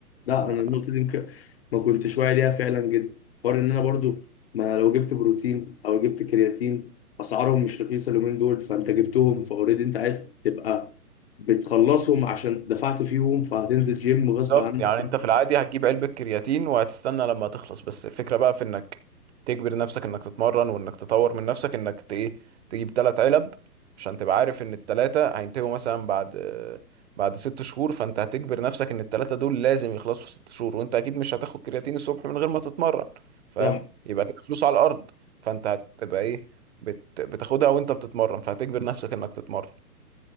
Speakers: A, on the left; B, on the right.
A: لا
B: آه.
A: انا النقطه دي ممكن ما كنتش واعي ليها فعلا جدا حوار ان انا برضو ما لو جبت بروتين او جبت كرياتين اسعارهم مش رخيصه اليومين دول فانت جبتهم فاوريدي انت عايز تبقى بتخلصهم عشان دفعت فيهم فهتنزل جيم غصب
B: بالظبط
A: عنك
B: يعني
A: صح
B: انت في العادي هتجيب علبة كرياتين وهتستنى لما تخلص بس الفكرة بقى في انك تجبر نفسك انك تتمرن وانك تطور من نفسك انك ت- ايه تجيب تلات علب عشان تبقى عارف ان التلاتة هينتهوا مثلا بعد آه، بعد ست شهور فانت هتجبر نفسك ان التلاتة دول لازم يخلصوا في ست شهور وانت اكيد مش هتاخد كرياتين الصبح من غير ما تتمرن فاهم
A: صح
B: يبقى كده فلوس على الارض فانت هتبقى ايه بت... بتاخدها وانت بتتمرن فهتجبر نفسك انك تتمرن